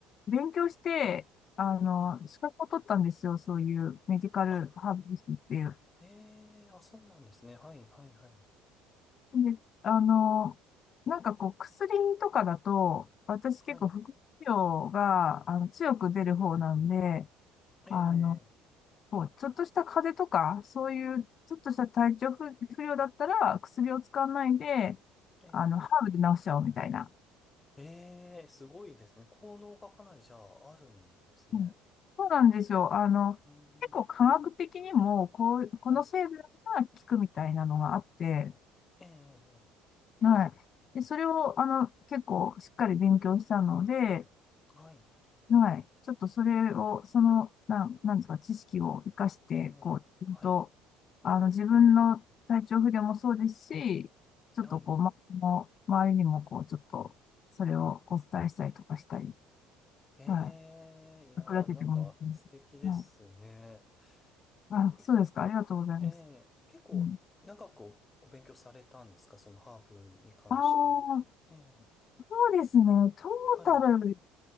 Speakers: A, on the left; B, on the left.
A: 勉強して、あの、
B: はい。
A: 資格を取ったんですよ、そういうメディカルハーブスっていう。
B: あ、ええ、あ、そうなんですね。はい、はい、はい。
A: で、あの、なんかこう、薬とかだと、私結構副作用が、
B: はい。
A: あの、強く出る方なんで、
B: ええ、
A: あの、こう、ちょっとした風邪とか、そういう、ちょっとした体調不、不良だったら、薬を使わないで、
B: ええ、
A: あの、ハーブで治しちゃおうみたいな。
B: ええ、ええすごいですね。効能がかなりじゃああるんですね。
A: うんそうなんですよ。あの、
B: うーん。
A: 結構科学的にも、こう、
B: はい。
A: この成分が効くみたいなのがあって、
B: ええ、
A: はい。で、それを、あの、結構しっかり勉強したので、
B: はい。
A: はい。ちょっとそれを、その、なん、なんですか、知識を活かして、
B: ええ、
A: こう、
B: はい。
A: ちゃんと、あの、自分の体調不良もそうですし、ちょっとこう、
B: はい。
A: ま、もう周りにも、こう、ちょっと、それをお伝えしたりとかしたり、
B: ええ、
A: はい。
B: いやー、
A: 役立ててもいいと
B: なんか素敵ですね。
A: 思う。はい。あ、
B: え
A: そうですか。ありがとうございます。
B: ええ、結構長くおお勉強されたんですかそのハーブに関して。
A: うん。ああ、
B: ええ、
A: そうですね。トータル、
B: はい。